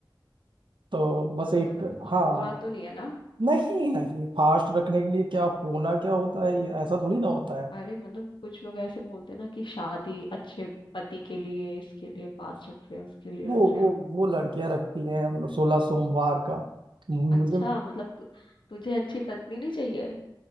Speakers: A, on the right (about 75°); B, on the left (about 70°).
A: तो बस
B: मतलब
A: एक
B: कुछ
A: हाँ
B: हुआ तो नहीं है ना
A: नहीं नहीं फास्ट रखने के लिए क्या होना क्या होता है ये ऐसा थोड़ी ना होता है
B: अरे मतलब कुछ लोग ऐसे बोलते हैं ना कि शादी अच्छे पति के लिए इसके लिए पास रख रहे हैं उसके लिए
A: वो
B: रख रहे
A: वो
B: हैं
A: वो लड़कियां रखती हैं सोलह सोमवार का मुझे
B: अच्छा मतलब तु, तुझे अच्छी पत्नी नहीं चाहिए